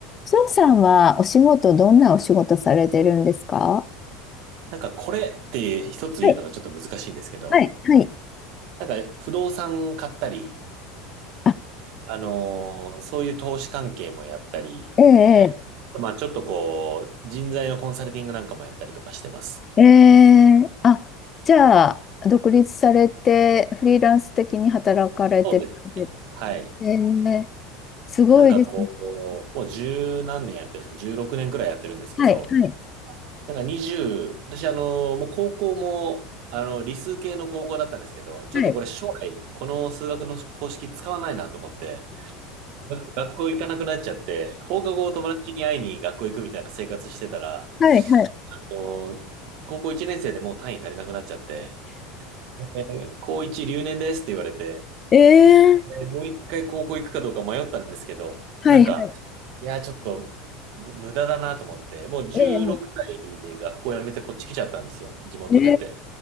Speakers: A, on the left; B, on the right.
A: 翔さんはお仕事、どんなお仕事されてるんですか
B: なんかこれって一つ言うのがちょっと難しいんですけど、
A: はい、はい、はい。
B: なんか不動産買ったり、
A: あ、
B: あのーそういう投資関係もやったり、
A: ええ、
B: まあちょっとこう、人材のコンサルティングなんかもやったりとかしてます。
A: ええ、ええあ、じゃあ、独立されて、フリーランス的に働かれてるんで、
B: そうですね。はい。
A: ええ、すごいですね。
B: なんかこう、もう十何年やってるんですか、16年くねんくらいやってるんですけど、
A: はい、はい、
B: なんか20、私あのーもう高校も、あの、理数系の高校だったんですけど、ちょっとこれ将来、
A: はい、
B: この数学の公式使わないなと思って、が学校行かなくなっちゃって、放課後友達に会いに学校行くみたいな生活してたら、
A: はい、はい、
B: あの、高校1年生でもう単位足りなくなっちゃって、で高1留年ですって言われて、
A: ええ、
B: でもう一回高校行くかどうか迷ったんですけど、
A: はい、
B: なんか、
A: はい、
B: いや、ちょっとむ無駄だなと思って、もう16歳で学校辞めてこっち来ちゃったんですよ、
A: ええ、
B: 地元出て。
A: え